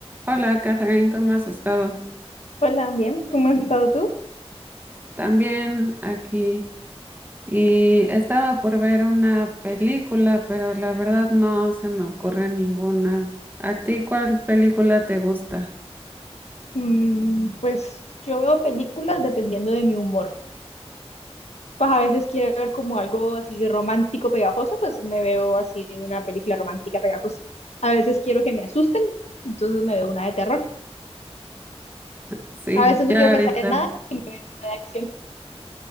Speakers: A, on the right; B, on the left.
A: Hola, Catherine, ¿cómo has estado?
B: Hola, bien, ¿cómo has estado tú?
A: También aquí. Y estaba por ver una película, pero la verdad no se me ocurre ninguna. ¿A ti cuál película te gusta?
B: Mm, pues yo veo películas dependiendo de mi humor. Pues a veces quiero ver como algo así romántico pegajoso, pues me veo así una película romántica pegajosa. A veces quiero que me asusten, entonces me veo una de terror.
A: Sí,
B: A veces
A: yo
B: no quiero
A: ahorita.
B: pensar en nada y me veo de acción